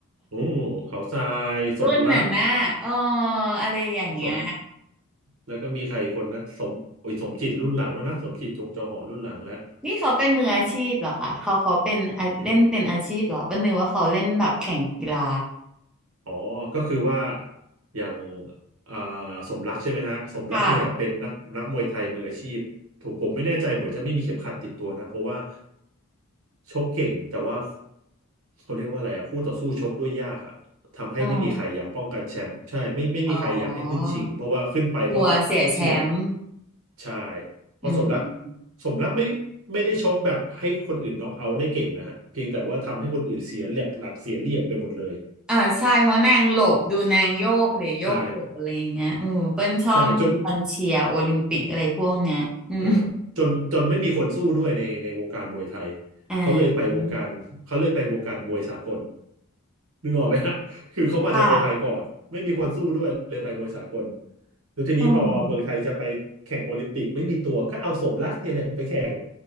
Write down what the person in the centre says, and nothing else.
<laughs> รุ่นนั้นนะเอออะไรอย่างเงี้ย
นี่เขาเป็นมืออาชีพเหรอคะเขาเขาเป็นอ่ะเล่นเป็นอาชีพเหรอเป้นนึกว่าเขาเล่นแบบแข่งกีฬา
ค่ะ
อ๋อ อ๋อกลัวเสียแชมป์
อืม
อ่าใช่เพราะนางหลบดูนางโยกเดี๋ยวโยกหลบอะไรอย่างเงี้ยอือเปิ้ลชอบตอนเชียร์โอลิมปิกอะไรพวกเนี้ยอืม
อ่
า
ค่ะ
เออ